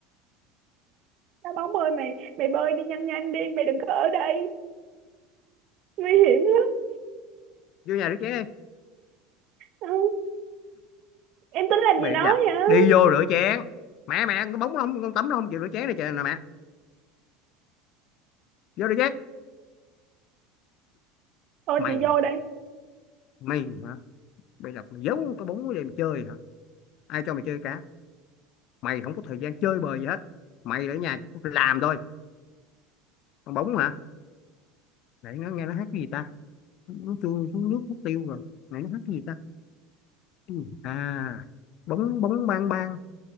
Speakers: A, on the right; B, on the left.
A: cá bóng ơi mày mày bơi đi nhanh nhanh đi mày đừng có ở đây nguy hiểm lắm
B: vô nhà rửa chén đi
A: ừ, em
B: <laughs>
A: tính làm
B: bị
A: gì nó
B: đặt
A: vậy
B: đi vô rửa chén mẹ mẹ con bóng nó không con tắm nó không chịu rửa chén này trời nè mẹ vô rửa chén <laughs>
A: thôi
B: mày
A: chị vô đây
B: mày hả bị đặt mày giấu cái bóng đây mà chơi hả ai cho mày chơi cá mày không có thời gian chơi bời gì hết mày ở nhà chỉ làm thôi con bóng hả nãy nó nghe nó hát cái gì ta nó trôi xuống nước mất tiêu rồi nãy nó hát cái gì ta Cái à bóng bóng bang bang